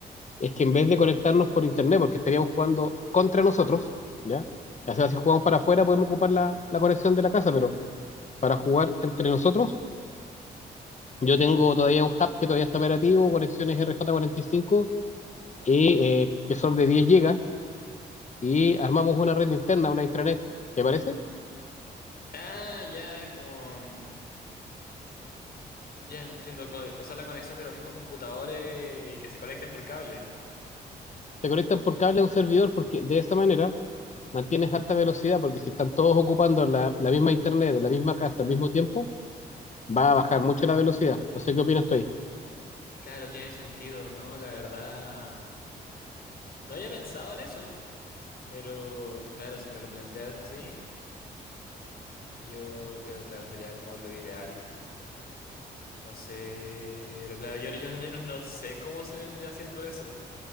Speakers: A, on the left; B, on the left.
A: es que en vez de conectarnos por internet, porque estaríamos jugando contra nosotros, ¿ya? O sea, si jugamos para afuera podemos ocupar la, la conexión de la casa, pero para jugar entre nosotros, yo tengo todavía un hub que todavía está operativo, conexiones RJ45, y, cinco, y, eh, que son de 10 GB, y armamos una red interna, una intranet, ¿te parece?
B: Ah, ya, como... mm, Ya, entiendo, co- usar la conexión de los mismos computadores y que se conecten por cable.
A: Se conectan por cable a un servidor porque de esa manera mantienes alta velocidad, porque si están todos ocupando la, la misma internet, de la misma casa al mismo tiempo, va a bajar mucho la velocidad. No sé qué opinas tú ahí.
B: Claro, tiene sentido, ¿no? La verdad... No había pensado en eso, pero claro, si me lo planteas así, yo creo que claro, sería como lo ideal. No sé, pero claro, yo, yo al menos no sé cómo se vendría haciendo eso.